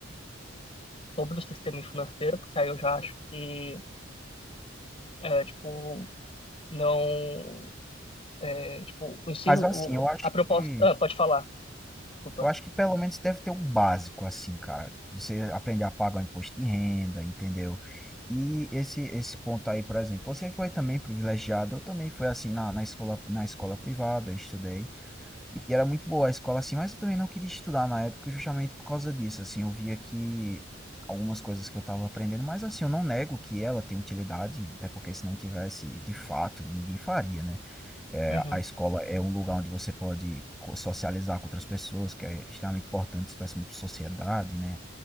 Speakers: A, on the left (about 30°); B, in the centre.
A: sobre o sistema financeiro, porque aí eu já acho que, é, tipo, não É, tipo, o ensino,
B: Mas
A: o,
B: assim, eu acho
A: a proposta.
B: que
A: Ah, pode falar, desculpa.
B: Eu acho que pelo menos deve ter o básico, assim, cara. Você aprender a pagar o imposto de renda, entendeu? E esse esse ponto aí, por exemplo, você foi também privilegiado, eu também fui assim na, na escola na escola privada, eu estudei. E era muito boa a escola assim, mas eu também não queria estudar na época justamente por causa disso, assim, eu via que algumas coisas que eu estava aprendendo, mas assim, eu não nego que ela tem utilidade, até porque se não tivesse, de fato, ninguém faria, né? É,
A: Uhum,
B: a escola é um lugar onde você pode co- socializar com outras pessoas, que é extremamente importante, isso faz muito sociedade, né?